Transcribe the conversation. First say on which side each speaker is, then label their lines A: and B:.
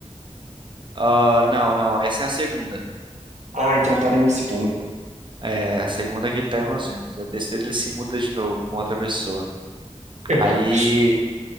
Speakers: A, on the right; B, on the right.
A: ah, não, não, essa é a segunda.
B: Ah, então eu parei na segunda.
A: É, a segunda é que ele tá em Los Angeles. A terceira ele se muda de novo com outra pessoa.
B: <laughs>
A: Aí,